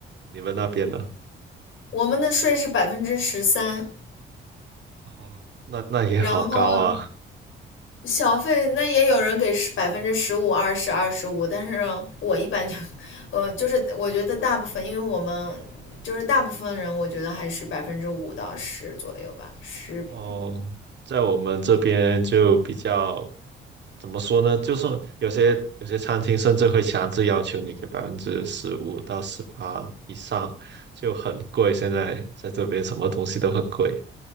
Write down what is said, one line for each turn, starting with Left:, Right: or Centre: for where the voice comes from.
Right: 你们那边呢？
Left: 我们的税是百分之十三，
Right: 哦，那那也好高啊。
Left: 然后小费那也有人给十百分之十五、二十、二十五，但是我一般就，呃，就是我觉得大部分，因为我们就是大部分人，我觉得还是百分之五到十左右吧，十比
Right: 哦，在我们这边就比较怎么说呢？就是有些有些餐厅甚至会强制要求你给百分之十五到十八以上，就很贵。现在在这边什么东西都很贵，